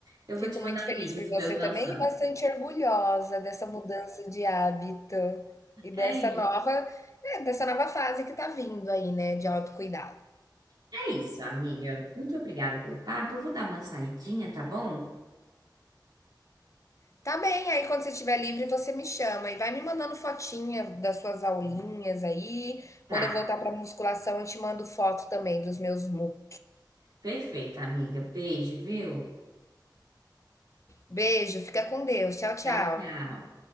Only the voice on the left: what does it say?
Fico
muito feliz
por você
também e bastante orgulhosa dessa mudança de hábito e dessa
nova, é, dessa nova fase que está vindo aí, né, de autocuidado.
Tá bem, aí quando você estiver livre, você me chama e vai me mandando fotinha das suas aulinhas aí.
Quando eu voltar para musculação, eu te mando foto também dos meus mu.
Beijo, fica com Deus. Tchau, tchau.